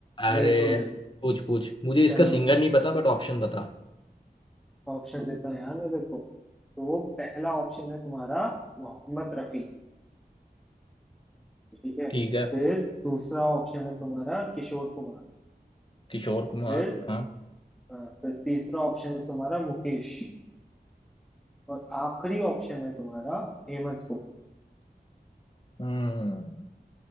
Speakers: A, on the left (about 30°); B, in the centre.
A: अरे
B: बिल्कुल
A: पूछ पूछ मुझे
B: चलो
A: इसका सिंगर नहीं पता बट ऑप्शन बता
B: ऑप्शन देता हूँ यार मैं तेरे को तो वो पहला ऑप्शन है तुम्हारा मोहम्मद रफी ठीक है
A: ठीक है
B: फिर दूसरा ऑप्शन है तुम्हारा किशोर कुमार
A: किशोर कुमार
B: फिर
A: हाँ
B: अ, फिर तीसरा ऑप्शन है तुम्हारा मुकेश और आखिरी ऑप्शन है तुम्हारा हेमंत को
A: हम्म